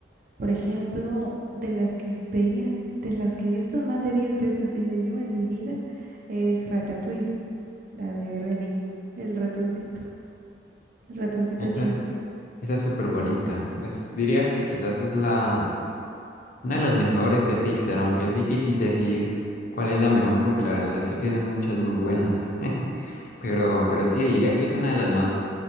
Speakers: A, on the right (about 45°); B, on the left (about 45°).
A: Por ejemplo, de las que veía, de las que he visto más de 10 veces, diría yo, en mi vida, es Ratatouille, la de Remy, el ratoncito, el ratoncito
B: Esa,
A: chef.
B: esa es súper bonita. Es, diría que quizás es la... Una de las mejores de Pixar, aunque es difícil decir cuál es la mejor porque la verdad es que tienes muchas muy buenas. <laughs> Pero, pero sí diría que es una de las más